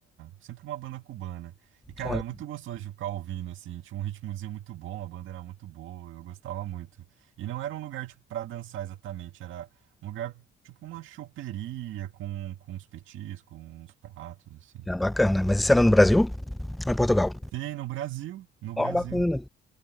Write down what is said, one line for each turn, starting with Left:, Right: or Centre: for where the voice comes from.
Right: Sempre uma banda cubana. E, cara,
Centre: Olha,
Right: era muito gostoso de ficar ouvindo, assim, tinha um ritmozinho muito bom, a banda era muito boa, eu gostava muito. E não era um lugar, tipo, pra dançar exatamente, era um lugar, tipo, uma choperia com, com uns petiscos, uns pratos, assim.
Centre: é bacana. Mas isso era no Brasil ou em Portugal?
Right: Tem no Brasil, no
Centre: Ó,
Right: Brasil.
Centre: bacana.